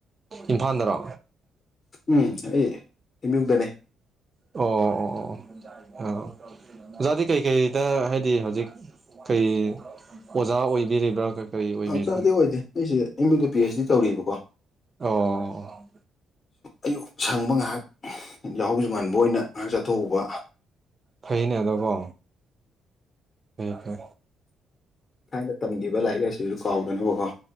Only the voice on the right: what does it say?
ꯏꯝꯐꯥꯜꯗꯔꯣ
ꯑꯣ ꯑꯣ ꯑ ꯑꯣꯖꯥꯗꯤ ꯀꯩꯀꯩꯗ ꯍꯥꯏꯗꯤ ꯍꯧꯖꯤꯛ ꯀꯩ ꯑꯣꯖꯥ ꯑꯣꯏꯕꯤꯔꯤꯕ꯭ꯔꯥ ꯀꯔꯤ ꯑꯣꯏꯕꯤꯔꯤ
ꯑꯣ
ꯐꯩꯅꯦ ꯑꯗꯣꯀꯣ ꯍ ꯐ